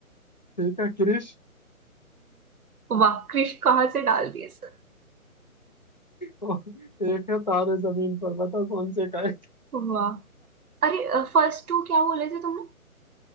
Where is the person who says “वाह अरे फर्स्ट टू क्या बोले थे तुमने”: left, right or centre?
Right